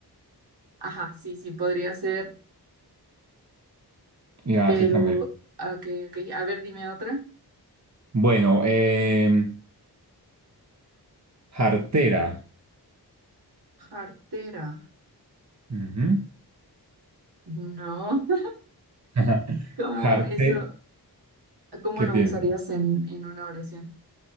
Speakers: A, on the right; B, on the right.
A: Ajá, sí, sí, podría ser,
B: Y hace
A: pero,
B: también.
A: ok, ok. A ver, dime otra.
B: Bueno, em, jartera.
A: Cartera.
B: Ujú.
A: No, <laughs>
B: <laughs>
A: ¿cómo
B: Jarte,
A: eso, cómo lo
B: ¿qué piensas?
A: usarías en, en una oración?